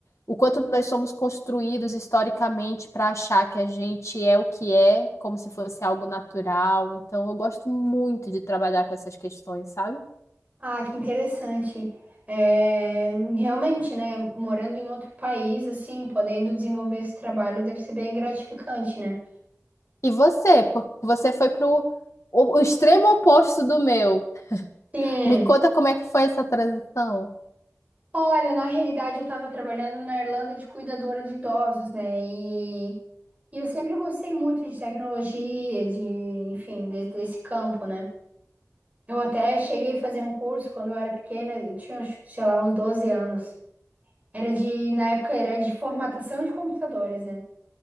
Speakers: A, on the left; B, on the right.
A: o quanto nós somos construídos historicamente para achar que a gente é o que é, como se fosse algo natural. Então, eu gosto muito de trabalhar com essas questões, sabe?
B: Ah, que interessante. É, realmente, né, morando em outro país, assim, podendo desenvolver esse trabalho deve ser bem gratificante, né?
A: E você? Por- Você foi pro o, o extremo oposto do meu.
B: Sim.
A: Me conta como é que foi essa transição.
B: Olha, na realidade eu estava trabalhando na Irlanda de cuidadora de idosos, né? E, e eu sempre gostei muito de tecnologia, de, enfim, de- desse campo, né? Eu até cheguei a fazer um curso quando eu era pequena, eu tinha, acho, sei lá, uns 12 anos. Era de, na época era de formatação de computadores, né?